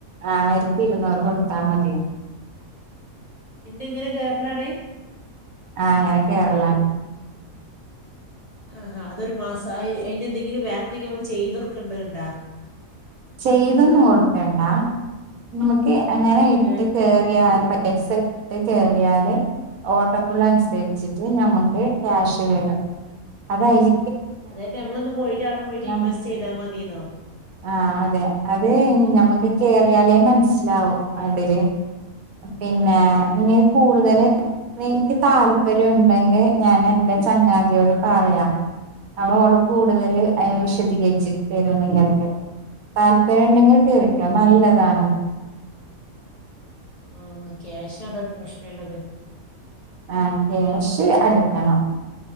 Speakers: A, on the right; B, on the left.
A: ആയിരത്തി ഇരുന്നൂറ് കൊടുത്താ മതിയോ
B: പിന്നെ ഇങ്ങനെ കേർ <unintelligible>
A: ആഹ് അങ്ങനെ കേറല
B: ആഹാ അതൊരു മാസ അ അയിനെന്തെങ്കിലും വേറെന്തെങ്കിലും നമ്മള് ചെയ്തൊടുക്കണ്ടണ്ടാ?
A: ചെയ്തൊന്നും കൊടുക്കണ്ടാ നമ് ഏ അങ്ങനെ ഇട്ട്
B: ഏഹ്
A: കേറിയ അത് പറ്റ് പൈസ ട്ട് കയറിയാല് ഓ <unintelligible> അനുസരിച്ചി്ട്ട്
B: ഏഹ്
A: <unintelligible> ക്യാഷ് <unintelligible> അതായില
B: അതായത് ഞമ്മളൊന്ന് പോയിട്ട് അവിടെ പോയിട്ട് ഇൻവെസ്റ്റ്
A: മനസ്സിലാ
B: ചെയ്താൽ മതിന്നോ
A: ആഹ് അതെ അത് ഞമ്മുക്ക് കേറിയാലേ മനസ്സിലാവും അതില് പിന്നെ നിങ്ങൾ
B: ഉം ഉം
A: കൂടുതല്
B: ഉം
A: നിനിക്ക് താല്പര്യം ഉണ്ടെങ്കിൽ ഞാൻ എറെ ചങ്ങാതിയോട് പറയാം അവ അവഓള് കൂടുതല് വിശദീകരിച്ചി തരുന്നെങ്കൾക്ക് താല്പര്യം ഉണ്ടെങ്കിൽ കേറിക്കാം നല്ലതാണ്
B: ആഹ് ക്യാഷ ആണ ഒരു പ്രശ്ന ഉള്ളത്
A: ആഹ് കേഷ് അടുക്കണം